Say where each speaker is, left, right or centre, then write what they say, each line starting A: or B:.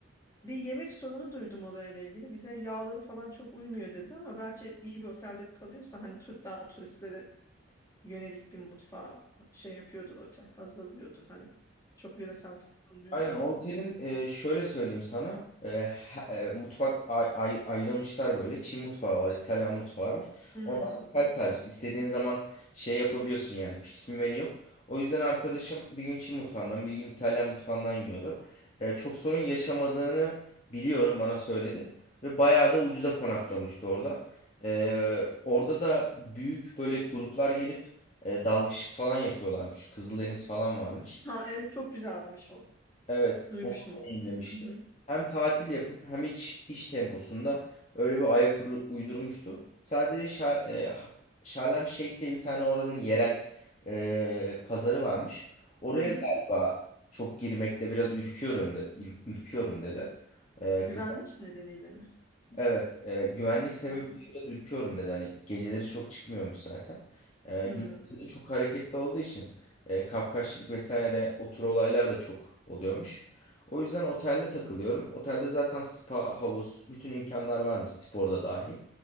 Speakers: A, on the left; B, on the left.
A: bir yemek sorunu duydum orayla ilgili. Bize yağları falan çok uymuyor dediler ama belki iyi bir otelde kalıyorsa hani tur, daha turistlere yönelik bir mutfağı şey yapıyordur otel, hazırlıyordur hani. Çok yöresel takılmıyorsa.
B: Aynen o otelin e, şöyle söyleyeyim sana e, he- e, mutfak ay- ay- ayrılmışlar böyle Çin mutfağı var İtalyan mutfağı var
A: Hmm.
B: onlar da self servis istediğin zaman şey yapabiliyorsun yani fix bir menü yok o yüzden arkadaşım bir gün Çin mutfağından bir gün İtalyan mutfağından yiyordu E, çok sorun yaşamadığını biliyorum bana söyledi ve bayağı da ucuza konaklamıştı orada E, orada da büyük böyle gruplar gelip e, dalgıçlık falan yapıyorlarmış Kızıldeniz falan varmış.
A: Ha evet çok güzelmiş o.
B: Evet,
A: Duymuştum
B: onu
A: onu.
B: deneyimlemişti.
A: Hı hı.
B: Hem tatil yapıp hem hiç iş temposunda öyle bir ayak uru- uydurmuştu. Sadece Şa e, Ha- Şarlem Şeyh diye bir tane oranın yerel e, pazarı varmış. Oraya
A: Hı hı.
B: galiba çok girmekte biraz ürküyorum de, ür- ürküyorum dedi. E,
A: Güvenlik
B: kız
A: nedeniyle mi?
B: Evet, e, güvenlik sebebiyle
A: Hı
B: biraz ürküyorum dedi. Hani geceleri çok çıkmıyormuş zaten. E,
A: hı.
B: gündüzleri de çok hareketli olduğu için e, kapkaççılık vesaire o tür olaylar da çok oluyormuş. O yüzden otelde takılıyorum. Otelde zaten spa, havuz, bütün imkanlar varmış sporda dahil.